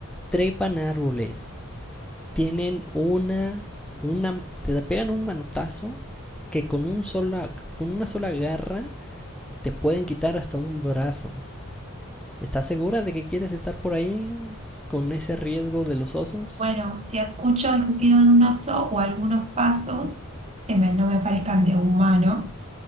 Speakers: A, in the centre; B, on the right (about 30°).
A: trepan árboles, tienen una, una, te pegan un manotazo que con un sola, con una sola garra te pueden quitar hasta un brazo. ¿Estás segura de que quieres estar por ahí con ese riesgo de los osos?
B: Bueno, si escucho el ruido de un oso o algunos pasos que me- no me parezcan de humano,